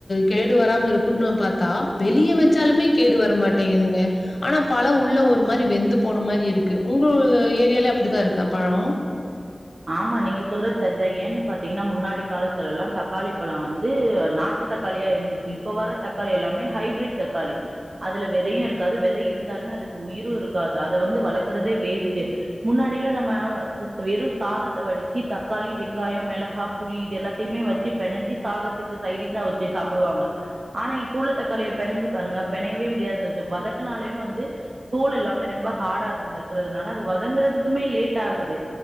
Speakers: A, on the left; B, on the right.
A: கெ டு வராம இருக்குன்னு பார்த்தா வெளியே வச்சாலுமே கேடு வர மாட்டேங்குதுங்க ஆனா பல உள்ள ஒரு மாரி வெந்து போன மாரி இருக்கு உங்க ஏரியால அப்படித்தான் இருக்கா பழம்
B: ஆமா நீங்க சொல்ற சரிதான் ஏன்னு பாத்தீங்கன்னா முன்னாடி காலத்துல எல்லாம் தக்காளி பழம் வந்துஹ நாட்டு தக்காளியா இருந்துச்சு இப்ப வர் தக்காளி எல்லாமே ஹைப்ிரிட் தக்காளி அதுல விதையும் இருக்காது விதை இருந்தாலுமே அதுக்கு உயிரும் இருக்காது அதை வந்து வளர்க்குறதே வேஸ்ட்ட் முன்னாடியில நம்ம வெறும் சாதத்த வடிச்சி தக்காளி வெங்காயம் மிளகாய் புளி இது எல்லாத்தையுமே வச்சு பிணைஞ்சி சாதத்துக்கு சைடிஸா வச்சு சாப்பிடுவாங்க ஆனா இப்போ உள்ள தக்காளிய பெணஞ்சி பாருங்க பெணையவே முடியா இருந்தது வதக்கனாலே வந்து தோள் எல்லாமே ரொம்ப ஹார்டா இருந்தக்கிறதுனால அது வதங்கறதுக்குமே லேட் ஆகுது